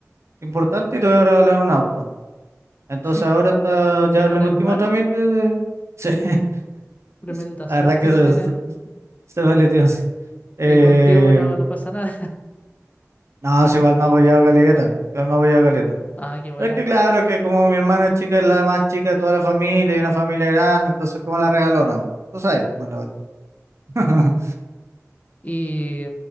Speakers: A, on the right; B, on the left.
A: importante y te voy a regalar un auto.
B: <laughs>
A: Entonces
B: sí,
A: ahora está ya
B: qué bueno,
A: en el último
B: hermano.
A: trámite de- <laughs>
B: Tremenda
A: Sí, la
B: suerte
A: verdad que
B: que
A: se,
B: tienes.
A: se, se vale, tío. sí. Eh,
B: Y contigo no, no pasa nada. <laughs>
A: no, sí, igual me ha apoyado Caleta, igual me ha apoyado Caleta.
B: Ah, qué buena.
A: Pero es que claro que como mi hermana chica es la más chica de toda la familia y una familia grande, entonces como la regalona, po? tú sabes, cómo la cuestión. <laughs>
B: ¿Y